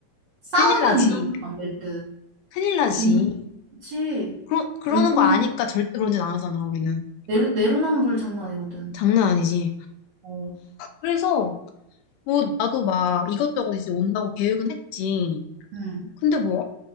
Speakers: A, on the right; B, on the left.
A: 싸우는
B: 큰일 나지.
A: 이 정도는 안 될 듯.
B: 큰일 나지.
A: 걔는. 그치?
B: 그러, 그러는
A: 왜냐면
B: 거 아니까 절대 그런 짓 안 하잖아, 우리는.
A: 내로, 내로남불 장난 아니거든.
B: 장난 아니지.
A: 어.
B: 그래서, 뭐, 나도 막 이것저것 이제 온다고 계획은 했지.
A: 음.
B: 근데 뭐,